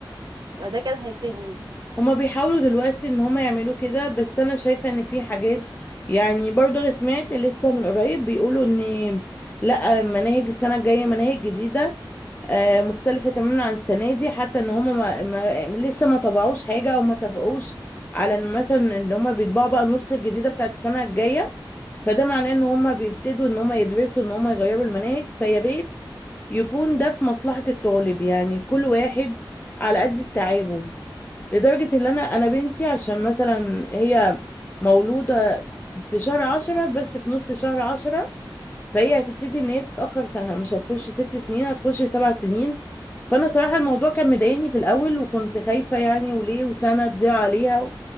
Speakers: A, on the right; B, on the left.
A: فده كان هيفيدني
B: هما بيحاولوا دلوقتي ان هما يعملوا كده بس انا شايفة ان في حاجات يعني برضه انا سمعت لسه من قريب بيقولوا ان لا مناهج السنة الجاية مناهج جديدة آه، مختلفة تماما عن السنة دي حتى ان هم ما ما لسه ما طبعوش حاجة او ما اتفقوش على ان مثلا ان هم بيطبعوا بقى النسخة الجديدة بتاعت السنة الجاية فده معناه ان هم بيبتدوا ان هم يدرسوا ان هم يغيروا المناهج فيا ريت يكون ده في مصلحة الطالب يعني كل واحد على قد استيعابه لدرجة ان انا انا بنتي عشان مثلا هي مولودة في شهر عشرة بس في نص شهر عشرة فهي هتبتدي ان هي تتاخر سنه مش هتخش ست سنين هتخش سبع سنين فانا صراحه الموضوع كان مضايقني في الاول وكنت خايفه يعني وليه وسنه تضيع عليها